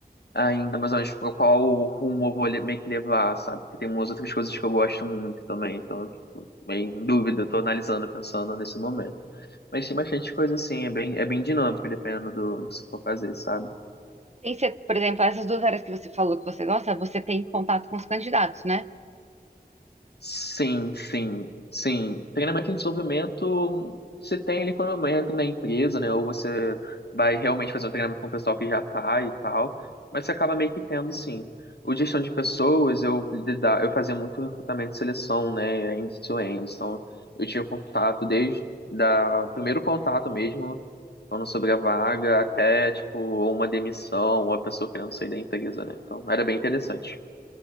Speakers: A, on the left (about 85°); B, on the right (about 40°).
A: ainda, mais ou menos pra qual rumo eu vou le- meio que levar, sabe? Porque tem umas outras coisas que eu gosto muito também, então, eu fico meio em dúvida, eu tô analisando, pensando nesse momento. Mas tem bastante coisa assim, é bem, é bem dinâmico, dependendo do, do que você for fazer, sabe?
B: Tem, se- por exemplo, essas duas áreas que você falou que você gosta, você tem contato com os candidatos, né?
A: Sim, sim, sim. Treinamento em desenvolvimento você tem ele quando entra na empresa, né? Ou você vai realmente fazer um treinamento com o pessoal que já tá e tal, mas você acaba meio que tendo, sim. O gestão de pessoas, eu lida- eu fazia muito recrutamento e seleção, né? End-to-end. Então, eu tinha contato desde da primeiro contato mesmo, falando sobre a vaga, até, tipo, uma demissão, uma pessoa querendo sair da empresa, né? Então, era bem interessante.